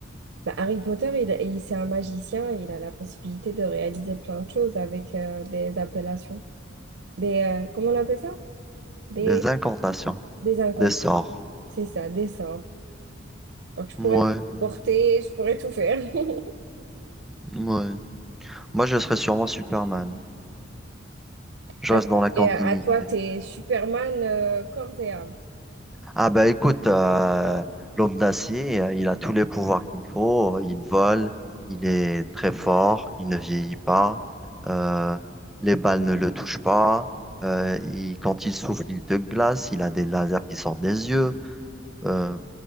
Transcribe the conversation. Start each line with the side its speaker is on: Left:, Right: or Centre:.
Right: Bah, Harry Potter, il, il- c'est un magicien, il a la possibilité de réaliser plein de choses avec euh, des appellations, des, euh, comment on appelle ça? Des,
Centre: Des incantations,
Right: des incantations.
Centre: des sorts.
Right: C'est ça, des sorts. Donc je
Centre: Ouais,
Right: pourrais porter, je pourrais tout faire. <laughs>
Centre: ouais. Moi, je serais sûrement Superman. Je
Right: À
Centre: reste
Right: toi,
Centre: dans la continuité.
Right: t'es à toi, t'es Superman euh, corps et âme.
Centre: Ah bah écoute, euh, l'homme d'acier, euh, il a tous les pouvoirs qu'il faut. euh, Il vole, il est très fort, il ne vieillit pas, euh, les balles ne le touchent pas. euh, il- quand il souffle, il te glace. Il a des lasers qui sortent des yeux. euh,